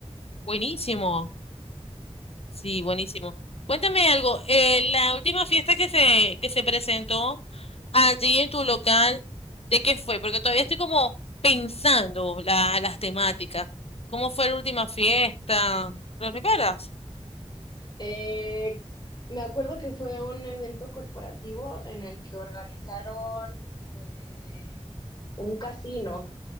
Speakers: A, on the left; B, on the left.
A: Buenísimo. Sí, buenísimo. Cuéntame algo, eh, la última fiesta que se, que se presentó allí en tu local, ¿de qué fue? Porque todavía estoy como pensando la- las temáticas. ¿Cómo fue la última fiesta? ¿Lo recuerdas?
B: Eh, me acuerdo que fue un evento corporativo en el que organizaron eh, un casino.